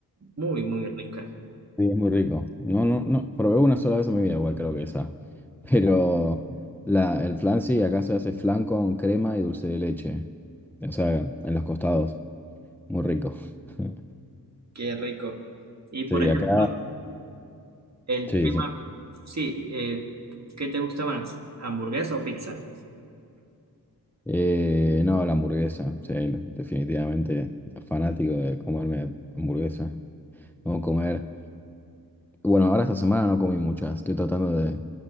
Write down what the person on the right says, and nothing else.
Muy, muy rica.
Qué rico. Y por
ejemplo,
el
tema,
sí, eh, ¿qué te gusta más? ¿Hamburguesa o pizza?